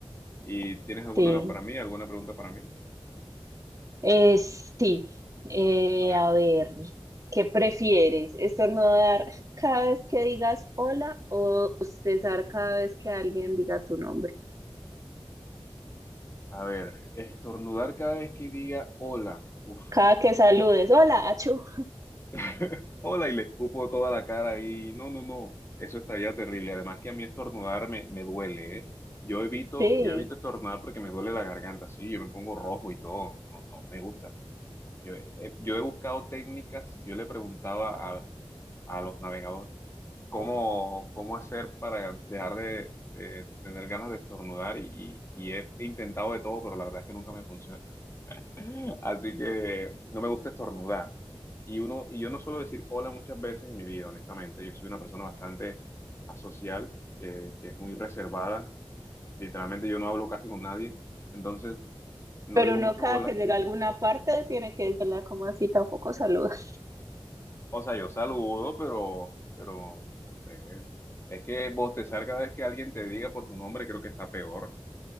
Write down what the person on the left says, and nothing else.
¿Y tienes alguna
para mí, alguna pregunta para mí?
A ver,
a ver, estornudar cada vez que diga hola. Uf,
<laughs> hola y le escupo toda la cara y no, no, no, eso estaría terrible. Además que a mí estornudar me, me duele, ¿eh? Yo evito,
yo evito estornudar porque me duele la garganta, sí, yo me pongo rojo y todo. No, no, me gusta. Yo, he- yo he buscado técnicas, yo le preguntaba a, a los navegadores cómo, cómo hacer para dejar de, de tener ganas de estornudar y, y y he intentado de todo, pero la verdad es que nunca me funciona. <laughs> Así que no me gusta estornudar. Y uno, y yo no suelo decir hola muchas veces en mi vida, honestamente. Yo soy una persona bastante asocial, eh, que es muy reservada. Literalmente yo no hablo casi con nadie. Entonces, no
digo
mucho
hola.
O sea, yo saludo, pero, pero, no sé. Es que bostezar cada vez que alguien te diga por tu nombre creo que está peor.